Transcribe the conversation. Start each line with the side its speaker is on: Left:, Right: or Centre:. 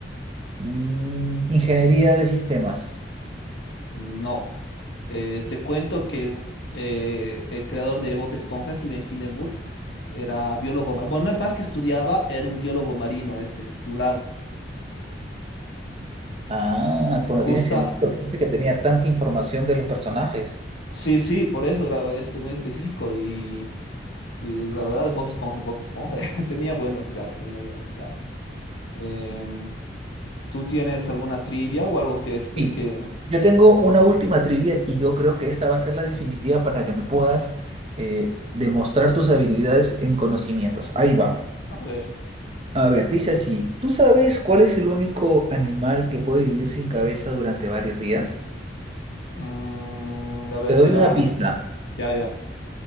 Right: mm, ingeniería de sistemas.
Left: No. Eh, te cuento que eh, el creador de Bob Esponja, Steven Hillenburg, era biólogo marino. Bueno, no es más que estudiaba, era un biólogo marino, este, titulado.
Right: Ah, pues no
Left: Justa,
Right: tiene sentido. Pensé que tenía tanta información de los personajes.
Left: sí, sí, por eso era este muy específico y Y la verdad, Bob Esponja es Bob Esponja. <laughs> Tenía buenos gags, tenía buenos gags. Em, ¿tú tienes alguna trivia o algo que este
Right: Sí,
Left: que...
Right: yo tengo una última trivia y yo creo que esta va a ser la definitiva para que me puedas eh, demostrar tus habilidades en conocimientos. Ahí va.
Left: A ver.
Right: A ver, dice así, ¿tú sabes cuál es el único animal que puede vivir sin cabeza durante varios días?
Left: mm, a ver,
Right: Te doy
Left: voy a...
Right: una pista.
Left: Ya, ya.